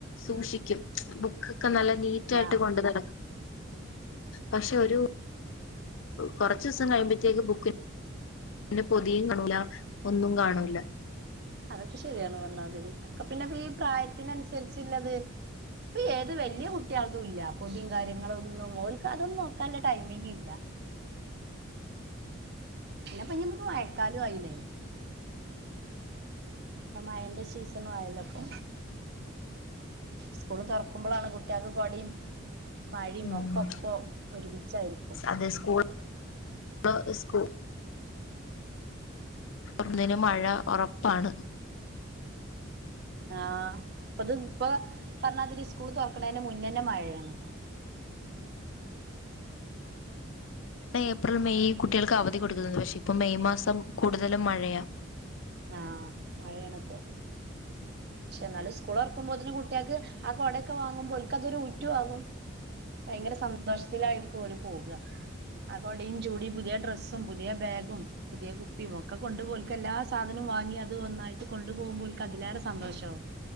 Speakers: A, on the left; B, on the right.
A: സൂക്ഷിക്കും ബുക്ക് ക്ക നല്ല നീറ്റായിട്ട്
B: ആഹ്
A: കൊണ്ട് നടക്കും പക്ഷെ ഒരു കൊറച്ച്സം കഴിയുമ്പത്തേക്ക് ബുക്ക് പിന്നെ പൊതിയും കാണൂല. ഒന്നും കാണൂല
B: അതൊക്കെ ശരിയാണ് പർഞ്ഞാതിരി, ഒക്കെ പിന്നെ ഈ പ്രായത്തിനൻസര്ച്ച്ള്ളത് ഇപ്പൊ ഏത് വല്യ കുട്ട്യാൾതുല്ല, പൊതിം കാര്യങ്ങളൊന്നും ഓൽക്കതൊന്നും നോക്കാല്ലടൈമിങ് ഇല്ല. പിന്നെപ്പൊഞ്ഞിപ്പൊ മയക്കാലു ആയിലേ. പ്പ മയന്റെ സീസണു ആയല്ലപ്പൊ സ്കൂള് തൊർക്കുമ്പളാണ് കുട്ട്യാക്ക് കൊട്യും മഴിംഒക്കൊപ്പൊ
A: ഉം
B: ഒരുമിച്ചായിരിക്കും.
A: അതെ സ്കൂൾ ളോ ഇസ്ക്കൂ ഒന്നിന് മഴ ഒറപ്പാണ്.
B: ആഹ് അപ്പൊത് ഇപ്പൊ പറഞ്ഞാതിരി സ്കൂള് തോക്കണതിന്റെ മുന്നന്നെ മഴയാണ്.
A: ഏപ്രിൽ മെയ് കുട്ടികൾക്ക് അവധി കൊടുക്കുന്നത് പക്ഷെ ഇപ്പം മെയ് മാസം കൂടുതലും മഴയാ.
B: ആഹ് മഴണിപ്പോ പക്ഷെ എന്നാലും സ്കൂൾ ഇറക്കുമ്പോത്തനന് കുട്ടിയൾക്ക് ആ കൊടയൊക്കെ വാങ്ങുമ്പോ കൽക്ക് അതൊരു ഉറ്റു ആവുംപ്പോ ഭയങ്കര സന്തോഷത്തിലായിരിക്കും അവര് പോവ. ആ കൊടയും ചൂടി പുതിയ ഡ്രസ്സും പുതിയ ബാഗും പുതിയ കുപ്പിയും ഒക്കെ കൊണ്ട് ഓൽക്ക് എല്ലാ. സാധനം വാങ്ങി അത് ഒന്നായിട്ട് കൊണ്ടു പോകുമ്പോഴക്ക് അതിലേറെ സന്തോഷവും.